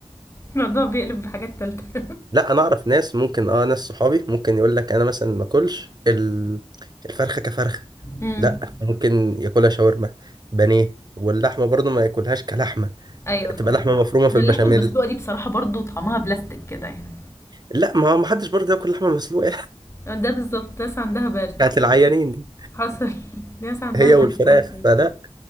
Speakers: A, on the left; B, on the right.
A: الموضوع بيقلب بحاجات تالتة <laughs>
B: لا أنا أعرف ناس ممكن أه ناس صحابي ممكن يقول لك أنا مثلا ما أكلش ال- الفرخة كفرخة
A: إمم،
B: لا ممكن ياكلها شاورما بانيه واللحمة برضه ما ياكلهاش كلحمة
A: أيوه فاهمة،
B: تبقى لحمة مفرومة في
A: اللحمة
B: البشاميل
A: المسلوقة دي بصراحة برضه طعمها بلاستيك كده يعني،
B: لا ما هو ما حدش برضه ياكل لحمة مسلوقة <laughs>
A: آه، ده بالضبط، ناس عندها برد،
B: بتاعت العيانين دي
A: حصل، <laughs> ناس عندها
B: هي
A: برد
B: والفراخ
A: حرفيًا،
B: فلا